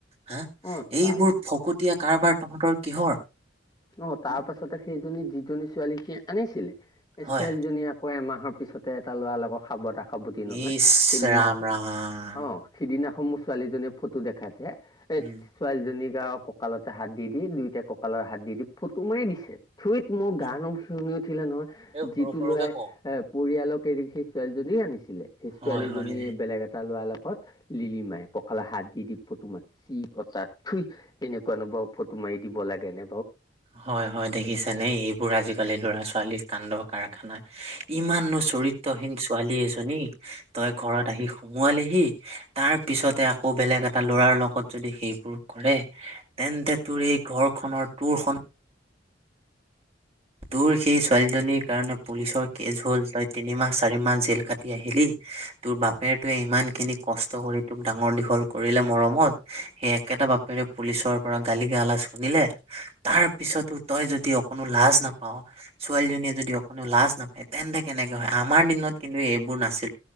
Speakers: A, on the right; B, on the left.
A: হা,
B: অ তাৰ
A: এইবোৰ ফকতীয়া কাৰবাৰ তহঁতৰ কিহৰ
B: অহ, তাৰ
A: উম
B: পাছতে সেইজনী যিজনী ছোৱালী সি আনিছিলে এই
A: হয়
B: ছোৱালীজনী আকৌ আমাক পিছতে এটা ল'ৰা লগৰ সাৱতা- সাৱটি নহয়
A: ইচ
B: সিদিনাখন
A: ৰাম ৰাম
B: অহ সিদিনা সমূহ ছোৱালীজনীয়ে ফটো দেখাইছে এ
A: উম
B: ছোৱালীজনীক গাঁৱ ককালতে হাত দি -দি দুয়োটাই কঁকালৰ হাত দি -দি ফটো মাৰি দিছে। থুইত মোৰ
A: হা
B: গাৰ নোম শিয়ৰি উঠিলে নহয়
A: এই
B: যিটো
A: সৰু সৰুকে
B: লয়াই
A: ক
B: পৰিয়ালক <unintelligible> ছোৱালীজনী আনিছিলে সেই ছোৱালীজনীয়ে
A: হয় হয়
B: বেলেগ এটা ল'ৰালগত লিলি মাই ককালত হাত দি- দি ফটো মাত চি কটা থুই এনেকুৱাও নো বাৰো ফটো মাৰি দিব লাগে নে
A: হয় -হয় দেখিছা নে এইবোৰ আজিকালি ল'ৰা- ছোৱালী কান্দ কাৰখানা ইমান নোচ চৰিত্ৰহীন ছোৱালী জনী তই ঘৰত আহি সুমোৱালিহি তাৰ পিছতে আকৌ বেলেগ এটা ল'ৰাৰ লগত সেইবোৰ কৰে তেনতে তোৰ এই ঘৰখনৰ টোৰ সন তোৰ সেই ছোৱালীজনীৰ কাৰণে পুলিচৰ কেছ হল তই তিনিমাহ, চাৰি মাহ জেল কাটি আহিলি তোৰ বাপেৰতোৱে ইমান খিনি কষ্ট কৰি তোক ডাঙৰ দীঘল কৰিলে মৰমত সেই একেটা বাপেৰে পুলিচৰ পৰা গালি- গালাজ শুনিলে তাৰ পিছতো তই যদি অকণো লাজ নাপ- ছোৱালীজনীয়ে যদি অকণো লাজ নাপায় তেন্তে কেনেকে হয়, আমাৰ দিনত কিন্তু এইবোৰ নাছি